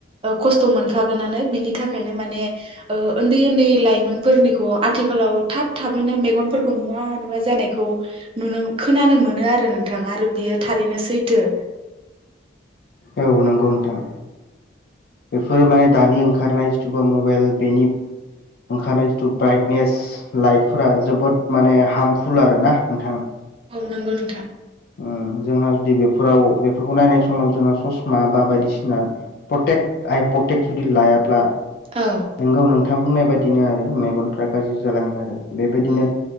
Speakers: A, on the right; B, on the left.
A: खस्थ' मोनखागोनानो बिनि थाखायनो माने ओ उन्दै उन्दै लाइमोनफोरनिखौ आथिखालाव थाब थाबैनो मेगनफोरखौ नुवा नुवा जानायखौ नुनो खोनानो मोनो आरो नोंथां आरो बियो थारैनो सैथो।
B: औ नंगौ नोंथां बेफोरो माने दानि ओंखारनाय जिथुबा मबाइल बेनि ओंखारनाय जिथु ब्राइटनेस लाइटफोरा जोबोद माने हार्मफुल आरो ना नोंथां।
A: नोंगौ नोंथां।
B: ओ जोंहा जुदि बेफोराव बेफोरखौ नायनाय समाव जोंहा ससमा बा बायदिसिना प्रटेक्ट आइ प्रटेकट जुदि लायाब्ला
A: औ
B: नोंगौ नों थां बुंनाय बादिनो आरो मेगनफ्रा गाज्रि जालाङो आरो। बेबायदिनो
A: औ